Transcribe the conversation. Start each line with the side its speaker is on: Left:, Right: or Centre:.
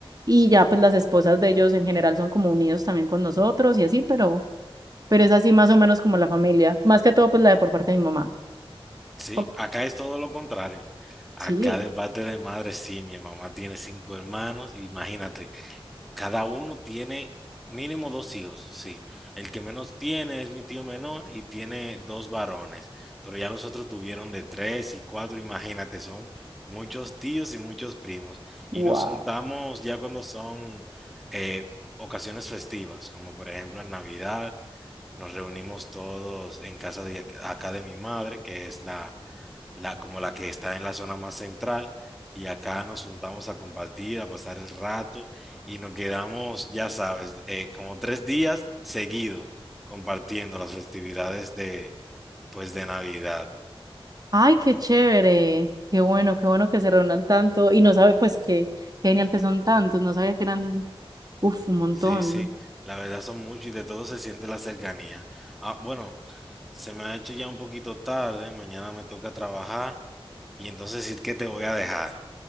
Right: Y ya, pues las esposas de ellos en general son como unidos también con nosotros y así, pero, pero es así más o menos como la familia. Más que todo, pues la de por parte de mi mamá.
Centre: Sí,
Right: Por-
Centre: acá es todo lo contrario. Acá
Right: sí,
Centre: de parte de madre, sí, mi mamá tiene cinco hermanos, imagínate, cada uno tiene mínimo dos hijos, sí. El que menos tiene es mi tío menor y tiene dos varones, pero ya los otros tuvieron de tres y cuatro, imagínate, son muchos tíos y muchos primos. Y
Right: wow.
Centre: nos juntamos ya cuando son eh, ocasiones festivas, como por ejemplo en Navidad Nos reunimos todos en casa de acá de mi madre, que es la, la como la que está en la zona más central, y acá nos juntamos a compartir, a pasar el rato, y nos quedamos, ya sabes, eh, como tres días seguidos compartiendo las festividades de, pues, de Navidad.
Right: Ay, qué chévere. Qué bueno, qué bueno que se reúnan tanto. Y no sabe, pues que. Genial que son tantos, no sabía que eran Uf, un montón.
Centre: Sí, sí, la verdad son muchos y de todo se siente la cercanía. Ah, bueno, se me ha hecho ya un poquito tarde, mañana me toca trabajar, y entonces sí que te voy a dejar.